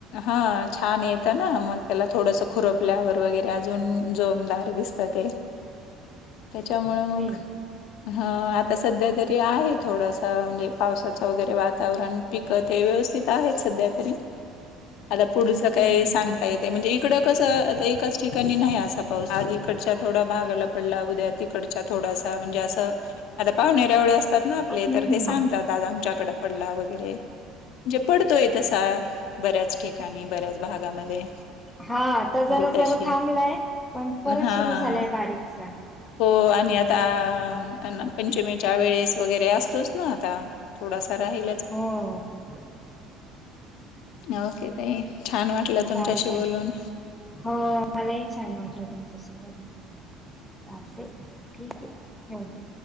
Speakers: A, on the left; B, in the centre.
A: हा छान येतं ना मग तेला थोडस खुरपल्यावर वगैरे आजून जोमदार दिसत ते तेच्यामुळ
B: ओके
A: मंग हा आता सध्या तरी आहे थोडस म्हणजे पावसाचं वगैरे वातावरण पिक ते व्यवस्थित आहेत सध्या तरी, आता पुढचं काय
B: हम्म
A: सांगता येते म्हणजे इकडं कसं आता एकाच ठिकाणी नाही आसा पाऊस आज इकडच्या थोडा भागाला पडला उद्या तिकडच्या थोडासा म्हणजे असं आता पाहुणेरावळे असतात ना आपले
B: हम्म
A: तर ते सांगता त आमच्याकड पडला वगैरे. म्हणजे पडतोय तसा बऱ्याच ठिकाणी, बऱ्याच भागामध्ये.
B: हा आता
A: म्हणजे
B: जरा
A: तशी
B: जरा थांबलाय, पण परत
A: हां.
B: सुरू झालाय बारीकसा.
A: हो आणि आ ता पंचमीच्या वेळेस वगैरे असतोच ना आता थोडासा राहिल
B: हो.
A: ओके ताई छान वाटलं
B: चालतय
A: तुमच्याशी बोलून.
B: हो मलाही छान वाटलं तुमच्यासोबत चालते ठीक हे ठेवते.